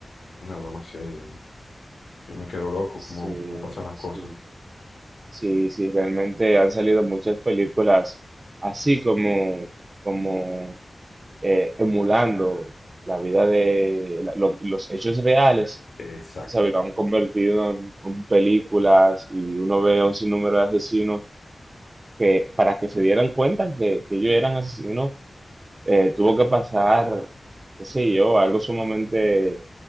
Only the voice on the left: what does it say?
una broma seria, ¿no? Yo me quedo loco
cómo, cómo pasan las
cosas.
Exacto,